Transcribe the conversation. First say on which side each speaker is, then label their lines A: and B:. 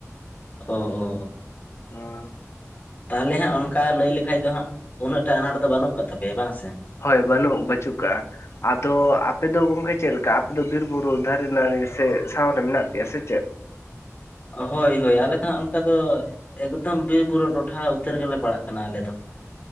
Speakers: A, on the left; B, on the left.
A: ᱚ ᱦᱚ
B: ᱦᱮᱸ
A: ᱛᱟᱦᱚᱞᱮ ᱦᱟᱸᱜ ᱚᱱᱠᱟ ᱞᱟᱹᱭ ᱞᱮᱠᱷᱟᱡ ᱫᱚ ᱦᱟᱸᱜ ᱩᱱᱟᱹᱜᱴᱟ ᱟᱱᱟᱴ ᱫᱚ ᱵᱟᱹᱱᱩᱜ ᱠᱟᱫ ᱛᱟᱯᱮᱭᱟ ᱵᱟᱝ ᱥᱮ
B: ᱦᱳᱭ ᱵᱟᱹᱱᱩᱜ ᱵᱟᱹᱪᱩᱜ ᱠᱟᱜᱼᱟ ᱟᱫᱚ ᱟᱯᱮ ᱫᱚ ᱜᱚᱝᱠᱮ ᱪᱮᱫ ᱞᱮᱠᱟ ᱟᱯᱮ ᱫᱚ ᱵᱤᱨ ᱵᱩᱨᱩ ᱫᱟᱨᱮ ᱱᱟᱹᱲᱤ ᱥᱮ ᱥᱟᱶᱨᱮ ᱢᱮᱱᱟᱜ ᱯᱮᱭᱟ ᱥᱮ ᱪᱮᱫ
A: ᱦᱳᱭ ᱦᱳᱭ ᱟᱞᱮ ᱫᱚ ᱦᱟᱸᱜ ᱚᱱᱠᱟ ᱫᱚ ᱮᱠᱫᱚᱢ ᱵᱤᱨ ᱵᱩᱨᱩ ᱴᱚᱴᱷᱟ ᱩᱛᱟᱹᱨ ᱜᱮᱞᱮ ᱯᱟᱲᱟᱜ ᱠᱟᱱᱟ ᱟᱞᱮ ᱫᱚ <unintelligible>